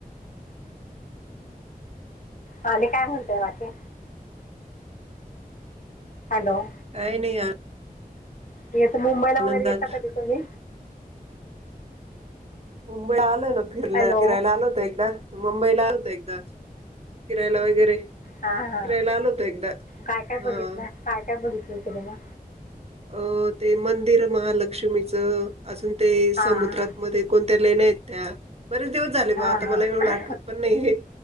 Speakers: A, on the left; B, on the right.
A: आले काय म्हणतय बाकीे हॅलो.
B: काही नाही आ.
A: येतं मुंबईला
B: आनंदात
A: वगैरे येता कधी तुम्ही?
B: मुंबईला आलय ना फिर
A: हॅलो
B: फिरायला आलो होत एकदा मुंबईला आल होत एकदा. फिरायला वगैरे
A: हा हा
B: फिरायला आलो होतो एकदा
A: काय काय
B: हा
A: बघितलं काय काय बघितलं होतं ते म
B: अ ते मंदिर महालक्ष्मीचं अजून ते समुद्रातमध्ये
A: हां हां
B: कोणत्या लेण्या आहेत त्या बरेच दिवस झाले
A: हां
B: बा आता
A: हां
B: मला येळून आठवत पण नाही हे